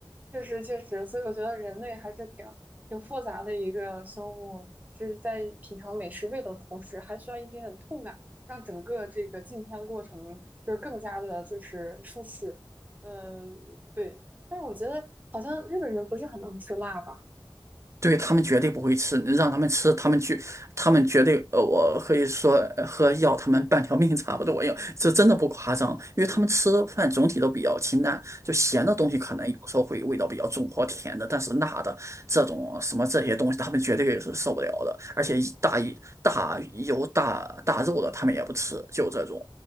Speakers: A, on the right (about 20°); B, on the right (about 35°).
A: 确实确实，所以我觉得人类还是挺挺复杂的一个生物，是在品尝美食味的同时，还需要一点点痛感，让整个这个进餐过程就是更加的就是舒适。呃，对，但是我觉得好像日本人不是很能吃辣吧？
B: 对他们绝对不会吃，让他们吃，他们去，他们绝对，呃，我可以说呃和要他们半条命差不多一这真的不夸张，因为他们吃饭总体都比较清淡，就咸的东西可能有时候会味道比较重或甜的，
A: 嗯，
B: 但是辣的这种什么这些东西，他们绝对也是受不了的，而且一大一大油大大肉的他们也不吃，就这种。